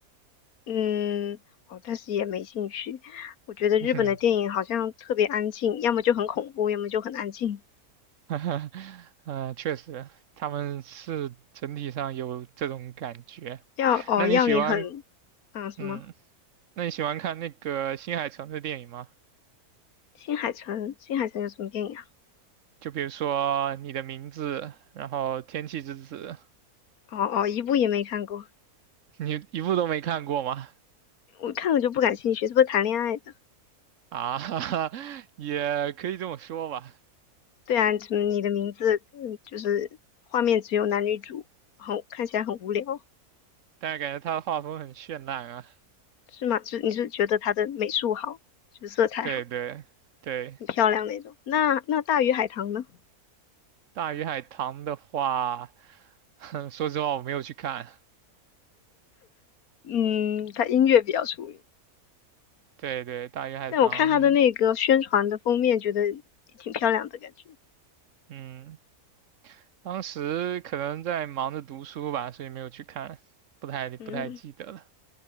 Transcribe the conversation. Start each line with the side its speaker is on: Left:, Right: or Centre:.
Left: 嗯，哦，但是也没兴趣。我觉得日本的电影好像特别安静，
Right: <laughs> 嗯，
Left: 要么就很恐怖，要么就很安静，
Right: <laughs> 呃确实，他们是整体上有这种感觉。
Left: 要哦要你很，
Right: 那你喜欢，
Left: 嗯什么？
Right: 嗯，那你喜欢看那个新海诚的电影吗？
Left: 新海诚，新海诚有什么电影啊？
Right: 就比如说《你的名字》，然后《天气之子》，
Left: 哦哦，一部也没看过，
Right: 你一部都没看过吗？
Left: 我看了就不感兴趣，是不是谈恋爱的？
Right: 啊，<laughs> 也可以这么说吧，
Left: 对啊，怎么你的名字，嗯，就是画面只有男女主，很看起来很无聊，
Right: 但是感觉他的画风很绚烂啊。
Left: 是吗？是你是觉得他的美术好，就是色彩好，
Right: 对对对，
Left: 很漂亮那种。那那大鱼海棠呢？
Right: 《大鱼海棠》的话，<laughs> 说实话我没有去看。
Left: 嗯，它音乐比较出名，
Right: 对对，大鱼海棠，
Left: 但我看它的那个宣传的封面，觉得也挺漂亮的感觉。
Right: 嗯，当时可能在忙着读书吧，所以没有去看，不太不太记得了。
Left: 嗯，